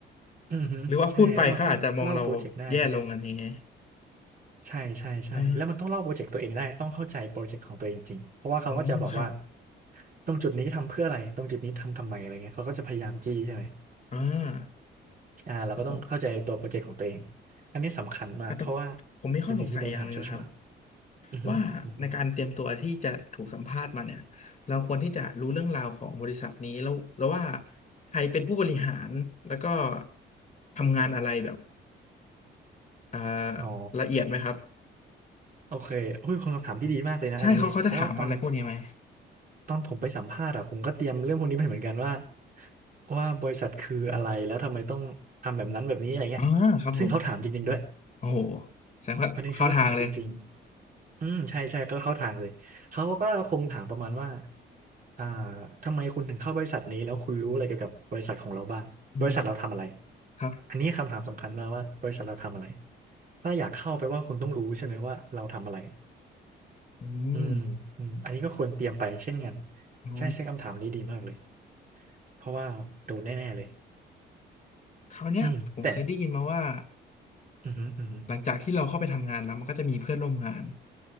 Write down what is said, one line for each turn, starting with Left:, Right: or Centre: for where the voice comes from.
Right: อือฮึใช่แล้วเราต้องเล่าโปรเจกต์ได้
Left: หรือว่าพูดไปเขาอาจจะมองเราแย่ลงอะไรเงี้ย
Right: ใช่ใช่ใช่แล้วมันต้องเล่าโปรเจกต์ตัวเองได้ต้องเข้าใจโปรเจกต์ของตัวเองจริงเพราะว่าเขาก็จะบอกว่า
Left: อ่าโอ้ครับ
Right: ตรงจุดนี้ทำเพื่ออะไรตรงจุดนี้ทำทำไมอะไรเงี้ยเขาก็จะพยายามจี้ใช่ไหม
Left: อ่า
Right: อ่าเราก็ต้องเข้าใจตัวโปรเจกต์ของตัวเอง
Left: ครับผม
Right: อันนี้สำคัญมากเพราะว่า
Left: อ่ะแต่ผมมีข้อสงสัยอย่างหนึ่งนะครับ
Right: เป็นสิ่งที่โดนถามชัวร์ๆอือฮึอือฮึ
Left: ว่าในการเตรียมตัวที่จะถูกสัมภาษณ์มาเนี่ยเราควรที่จะรู้เรื่องราวของบริษัทนี้แล้วแล้วว่าใครเป็นผู้บริหารแล้วก็ทำงานอะไรแบบอ่า
Right: อ๋อ
Left: ละเอียดไหมครับ
Right: โอเคเฮ้ยคนคำถามที่ดีมากเลยนะอันนี้เพราะว่าตอน
Left: ใช่เขาเขาจะถามอะไรพวกนี้ไหม
Right: ตอนผมไปสัมภาษณ์อะผมก็เตรียมเรื่องพวกนี้ไปเหมือนกันว่าว่าบริษัทคืออะไรแล้วทำไมต้องทำแบบนั้นแบบนี้อะไรเงี้ย
Left: อ่าครับผม
Right: ซึ่งเขาถามจริงๆด้วย
Left: โอ้โหแสดงว่าเข้าทางเลย
Right: ประเด็นคือเขาถามจริงๆอืมใช่ใช่ก็เข้าทางเลยเขาก็คงถามประมาณว่าอ่าทำไมคุณถึงเข้าบริษัทนี้แล้วคุณรู้อะไรเกี่ยวกับบริษัทของเราบ้างบริษัทเราทำอะไร
Left: อืมครับ
Right: อันนี้คำถามสำคัญมากว่าบริษัทเราทำอะไรถ้าอยากเข้าไปลว่าคุณต้องรู้ใช่ไหมว่าเราทำอะไร
Left: อืม
Right: อืมอืมอันนี้ก็ควรเตรียมไปเช่นกัน
Left: โอ้
Right: ใช่ใช่คำถามนี้ดีมากเลยเพราะว่าโดนแน่ๆเลย
Left: คราวเนี้ยผมเคยได้ยินมาว่า
Right: อืมแต่อือหืออือหือ
Left: หลังจากที่เราเข้าไปทำงานแล้วมันก็จะมีเพื่อนร่วมงาน